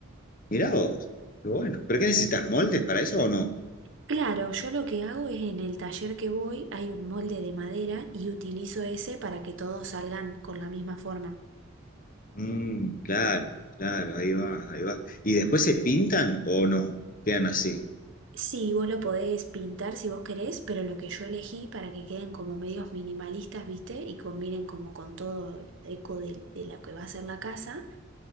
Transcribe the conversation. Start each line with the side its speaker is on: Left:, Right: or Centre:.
Left: Mirá vos, qué bueno. ¿Pero qué necesitas moldes para eso o no?
Right: Claro, yo lo que hago es en el taller que voy hay un molde de madera y utilizo ese para que todos salgan con la misma forma.
Left: Mm, claro, claro, ahí va, ahí va. ¿Y después se pintan o no? Quedan así.
Right: Sí, vos lo podés pintar si vos querés, pero lo que yo elegí para que queden como medios minimalistas, ¿viste? Y combinen como con todo el eco de, de lo que va a ser la casa.